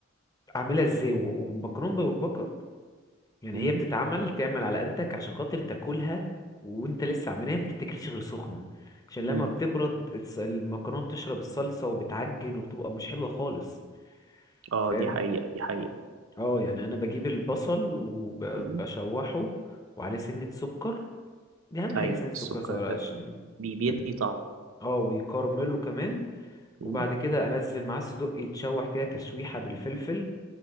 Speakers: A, on the left; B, on the right.
A: عاملها ازاي و- والمكرونه مبكبكه يعني
B: مم.
A: هي بتتعمل تعمل على قدك عشان خاطر تاكلها وانت لسه عاملها ما بتتاكلش غير سخنه عشان لما
B: مم.
A: بتبرد الص- المكرونه بتشرب الصلصه وبتعجن وبتبقى مش حلوه خالص
B: اه
A: فاهم
B: دي حقيقة دي حقيقة
A: اه يعني انا بجيب البصل وبشوحه
B: مم.
A: وعليه سنة سكر دي اهم حاجه
B: ايوه
A: سنه السكر
B: السكر
A: صغيره
B: ده
A: عشان
B: بي- بيدي
A: تك-
B: طعم
A: اه ويكرمله كمان
B: مم.
A: وبعد كده انزل معاه الصدوق يتشوح كده تشويحه بالفلفل